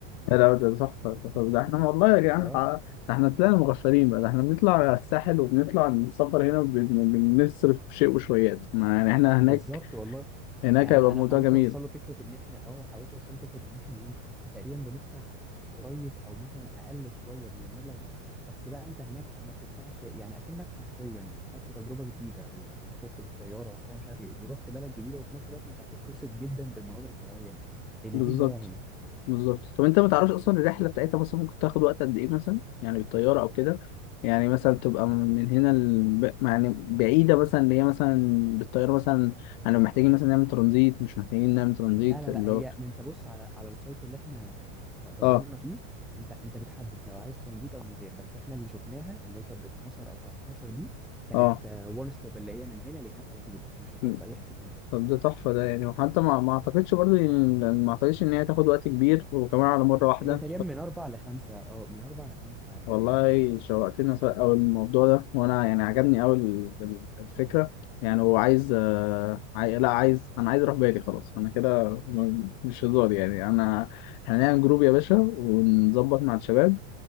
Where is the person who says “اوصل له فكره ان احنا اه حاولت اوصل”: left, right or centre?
Centre